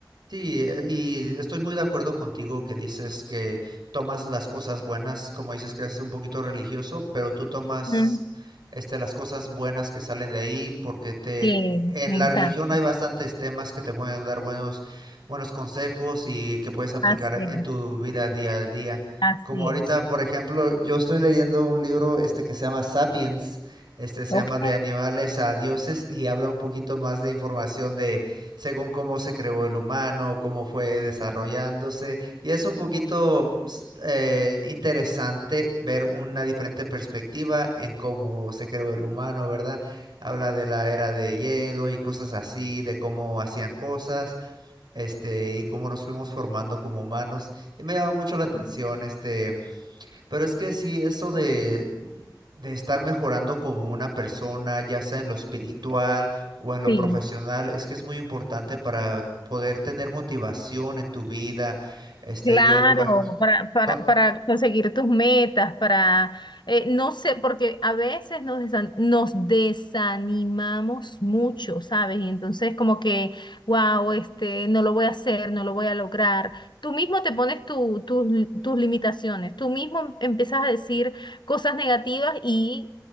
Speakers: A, on the right; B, on the left.
A: Sí, eh, y estoy muy de acuerdo contigo que dices que tomas las cosas buenas, como dices que es un poquito religioso, pero tú tomas
B: Mm,
A: este, las cosas buenas que salen de ahí porque te,
B: Sí,
A: en
B: me
A: la
B: encanta.
A: religión hay bastantes temas que te pueden dar buenos, buenos consejos y que puedes aplicar
B: Así
A: en
B: es,
A: tu vida día al día.
B: así
A: Como ahorita,
B: es.
A: por ejemplo, yo estoy leyendo un libro este que se llama Sapiens, este se
B: Ok.
A: llama De animales a dioses y habla un poquito más de información de según cómo se creó el humano, cómo fue desarrollándose. Y es un poquito s- eh, interesante ver una diferente perspectiva en cómo se creó el humano, ¿verdad? Habla de la era de hielo y cosas así, de cómo hacían cosas, este, y cómo nos fuimos formando como humanos. Y me llama mucho la atención, este. Pero es que sí, eso de, de estar mejorando como una persona, ya sea en lo espiritual o en lo
B: Sí,
A: profesional, es que es muy importante para poder tener motivación en tu vida. Este,
B: claro,
A: yo me imagino.
B: para, para,
A: To-
B: para conseguir tus metas, para, eh, no sé, porque a veces nos, desan- nos desanimamos mucho, ¿sabes? Y entonces como que, wow, este, no lo voy a hacer, no lo voy a lograr. Tú mismo te pones tu- tus li- tus limitaciones, tú mismo em- empiezas a decir cosas negativas y